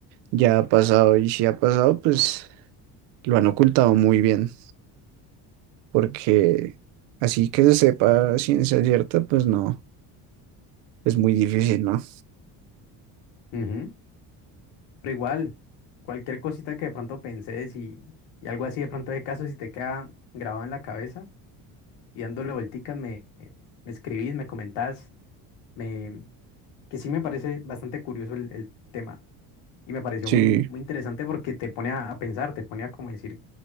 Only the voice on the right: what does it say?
ya ha pasado y si ha pasado, pues lo han ocultado muy bien, porque así que se sepa a ciencia cierta, pues no, es muy difícil, ¿no?
Sí,